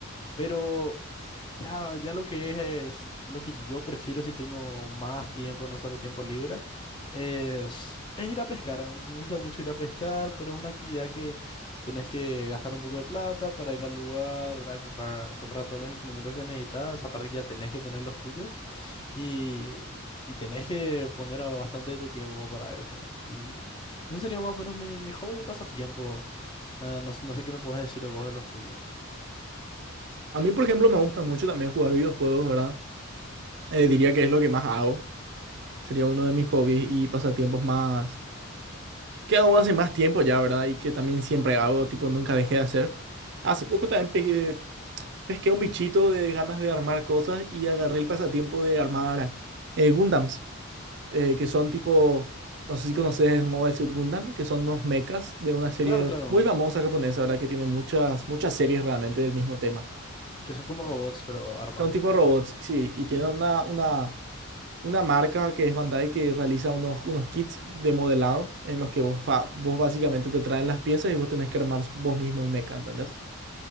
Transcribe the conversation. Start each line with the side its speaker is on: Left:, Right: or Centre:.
Left: Pero ya, ya lo que es, es lo que yo prefiero si tengo más tiempo, no solo tiempo libre, es, es ir a pescar. Me gusta mucho ir a pescar, pero es una actividad que tenés que gastar un poco de plata para ir al lugar, ¿verdad? Comprar, comprar todos los implementos que necesitas. Aparte que ya tenés que tener los tuyos y, y tenés que poner bastante de tu tiempo para eso. Y eso sería más o menos mi, mi hobby y pasatiempo. Ah, no, no sé qué me puedes decir vos de los tuyos.
Right: A mí, por ejemplo, me gusta mucho también jugar videojuegos, ¿verdad? Eh, diría que es lo que más hago. Sería uno de mis hobbies y pasatiempos más... que hago hace más tiempo ya, ¿verdad? Y que también siempre hago, tipo, nunca dejé de hacer. Hace poco también pe- pesqué un bichito de ganas de armar cosas y agarré el pasatiempo de armar eh, Gundams. eh, que son tipo, no sé si conoces Mobile Suit Gundam, que son unos mechas de una serie
Left: Claro, claro.
Right: muy famosa japonesa, ¿verdad? Que tiene muchas, muchas series realmente del mismo tema.
Left: Que son como robots, pero armados
Right: Son tipo
Left: un poco
Right: robots,
Left: así.
Right: sí, y tienen
Left: Ujú.
Right: una, una, una marca que es Bandai que realiza unos, unos kits de modelado en los que vos, fa- vos básicamente te traen las piezas y vos tenés que armar vos mismo el mecha, ¿entendés?